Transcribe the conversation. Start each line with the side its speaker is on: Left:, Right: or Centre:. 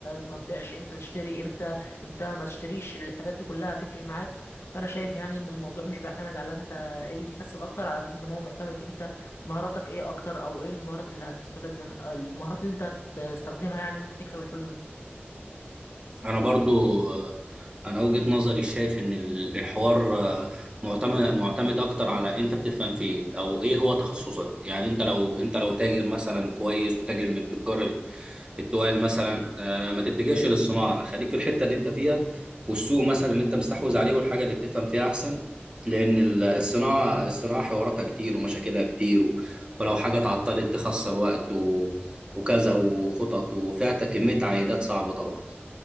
Left: ما تبيعش امتى تشتري امتى امتى ما تشتريش الحاجات دي كلها هتفرق معاك فانا شايف يعني ان الموضوع مش بيعتمد على انت ايه اللي بيكسب اكتر على قد ما هو معتمد انت مهاراتك ايه اكتر او ايه المهارات اللي هتستفاد منها آه، المهارات اللي انت تستخدمها يعني إن انت تكسب الفلوس دي
Right: انا برضو انا وجهة نظري شايف ان ال- الحوار آه، معتمد معتمد اكتر على انت بتفهم في ايه او ايه هو تخصصك يعني انت لو انت لو تاجر مثلا كويس وتاجر من تجار التوال مثلا آه، ما تتجهش للصناعة خليك في الحتة اللي انت فيها والسوق مثلا اللي انت مستحوذ عليه والحاجة اللي بتفهم فيها احسن لان ال- الصناعة الصناعة حواراتها كتير ومشاكلها كتير و- ولو حاجة اتعطلت تخسر وقت و- وكذا وخطط وفيها كمية عائدات صعبة طبعا